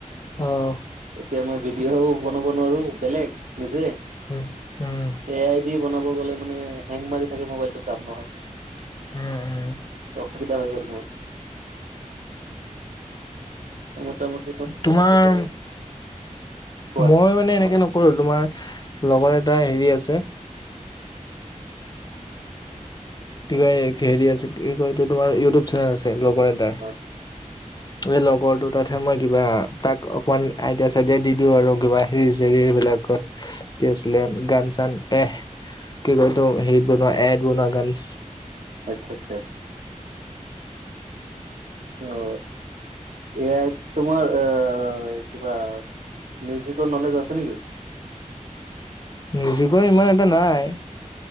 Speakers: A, on the left; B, on the right.
A: অহ
B: এতিয়া মই ভিডিঅ'ও বনাব নোৱাৰো বেলেগ নিজে
A: উম উম উম
B: এ আই ভি বনাব গ'লে মানে হেং মাৰি থাকে মোবাইলটো কাম নহয়
A: উম উম
B: অসুবিধা হৈ গল মোৰ মোতা মোতি
A: তোমাৰ
B: কোৱা
A: মই মানে এনেকে নকৰো তোমাৰ লগৰ এটা হেৰি আছে কি কয় হেৰি আছে কি কয় এইটো তোমাৰ ইউটিউব চেনেল আছে লগৰ এটাৰ
B: অ
A: এই লগৰ দুটাত হে মই কিবা তাক অকমান আইডিয়া চাইডিয়া দি দিও আৰু কিবা ৰিল চিল এই বিলাকত কি আছিলে গান চান এ কি কয় তোৰ হেইট বনোৱা এ আইত বনোৱা গান
B: আচ্ছা আচ্ছা অ এ আইত তো তোমাৰ এ কিবা মিউজিকৰ নলেজ আছে নেকি
A: মিউজিকৰ ইমান এটা নাই